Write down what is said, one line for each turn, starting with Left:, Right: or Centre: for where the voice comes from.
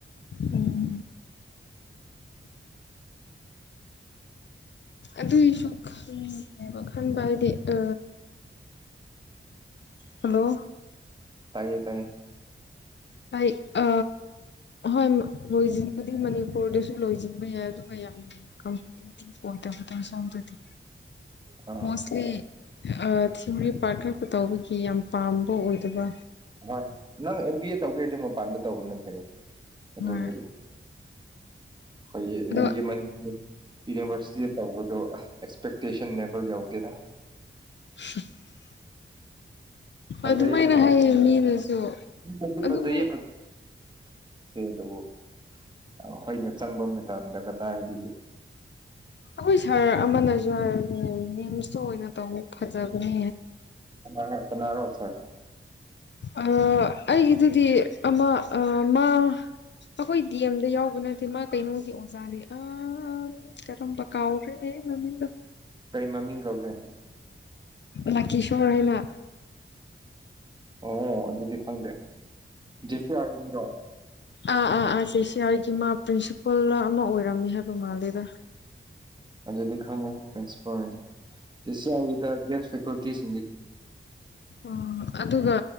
Left: ꯎꯝ ꯑꯗꯨꯑꯣꯏꯁꯨ ꯈꯟ ꯕ ꯈꯟꯕ ꯑꯗꯤ ꯑ ꯍꯜꯂꯣ
Right: ꯇꯥꯏꯌꯦ ꯇꯥꯏꯌꯦ
Left: ꯚꯥꯏ ꯑ ꯍꯣꯏ ꯃꯅꯤꯄꯨꯔꯖꯤꯃꯗꯤ ꯃꯅꯤꯄꯨꯔ ꯗꯁꯨꯨ ꯨ ꯂꯣꯏꯖꯤꯟꯕ ꯌꯥꯏ ꯑꯗꯨꯒ ꯌꯥꯝ ꯀꯝꯄꯤꯇꯤꯇꯤꯡ ꯑꯣꯏꯗꯕꯗꯣ ꯁꯣꯝꯗꯗꯤ
Right: ꯑꯥ
Left: ꯃꯣꯁꯂꯤ ꯑꯥ ꯊꯤꯑꯣꯔꯤ ꯄꯥꯔꯠ ꯈꯔꯈꯛ ꯇꯧꯕꯒꯤ ꯌꯥꯝ ꯄꯥꯝꯕ ꯑꯣꯏꯗꯕ
Right: ꯍꯣꯏ ꯅꯪ ꯑꯦꯝ ꯕꯤ ꯑꯦ ꯇꯧꯒꯦꯗꯤ ꯃꯄꯥꯟꯗ ꯇꯧꯕꯅ ꯐꯩ ꯑꯗꯨꯕꯨꯗꯤ
Left: ꯍꯣꯏ
Right: ꯑꯩꯈꯣꯏꯒꯤ ꯑꯦꯝ
Left: ꯑꯗꯣ
Right: ꯕꯤ ꯑꯦ ꯃꯅꯤꯄꯨꯔ ꯌꯨꯅꯤꯚꯔꯁꯤꯇꯤꯗ ꯇꯧꯕꯗꯨ ꯑꯥ ꯑꯦꯛꯁꯄꯦꯛꯇꯦꯁꯟ ꯂꯦꯚꯦꯜ ꯌꯥꯎꯗꯦꯗ
Left: <unintelligible>
Right: <unintelligible> ꯑꯆꯧꯕꯖꯦ
Left: ꯑꯗꯨꯃꯥꯏꯅ ꯍꯥꯏꯌꯦ ꯃꯤꯅꯁꯨ ꯑꯗꯨꯕꯨ
Right: ꯑꯗꯨꯕꯨ ꯑꯩꯈꯣꯏꯅ ꯆꯪꯕ ꯃꯇꯝꯗ ꯀꯗꯥꯏꯗꯒꯤ
Left: ꯑꯩꯈꯣꯏ ꯁꯥꯔ ꯑꯃꯅꯁꯨ ꯍꯥꯏꯕꯅꯦ ꯔꯤꯝꯁꯇ ꯑꯣꯏꯅ ꯇꯧꯑꯣ ꯐꯖꯕꯅꯦ
Right: ꯀꯅꯔꯥ ꯀꯅꯥꯔꯣ ꯁꯥꯔ
Left: ꯑꯥ ꯑꯩꯒꯤꯗꯨꯗꯤ ꯑꯃ ꯑꯥ ꯃꯥ ꯑꯩꯈꯣꯏ ꯗꯤ ꯑꯦꯝꯗ ꯌꯥꯎꯕ ꯅꯠꯇꯦ ꯃꯥ ꯀꯩꯅꯣꯒꯤ ꯑꯣꯖꯥꯅꯦ ꯑ ꯀꯔꯝꯕ ꯀꯥꯎꯈ꯭ꯔꯦꯅꯦ ꯃꯤ ꯃꯃꯤꯡꯗꯣ
Right: ꯀꯔꯤ ꯃꯃꯤꯡ ꯀꯧꯒꯦ
Left: ꯂꯀꯤꯁꯣꯔ ꯍꯥꯏꯅ
Right: ꯑꯣ ꯑꯗꯨꯗꯤ ꯈꯪꯗꯦ ꯗꯤꯄꯨꯔꯥꯒꯤ ꯃꯤꯔꯣ
Left: ꯑꯥ ꯑꯥ ꯑꯥ ꯁꯤ ꯁꯤ ꯑꯥꯔꯒꯤ ꯃꯥ ꯄ꯭ꯔꯤꯟꯁꯤꯄꯥꯜ ꯑꯃ ꯑꯣꯏꯔꯝꯃꯦ ꯍꯥꯏꯕ ꯃꯥꯜꯂꯦꯗ
Right: ꯑꯗꯨꯗꯤ ꯈꯪꯉꯦ ꯄ꯭ꯔꯤꯁꯤꯄꯜꯅꯦ ꯖꯤ ꯁꯤ ꯑꯥꯔ ꯏ ꯗ ꯒꯦꯁ ꯐꯦꯀꯜꯇꯤꯁ
Left: ꯑꯣ ꯑꯗꯨꯒ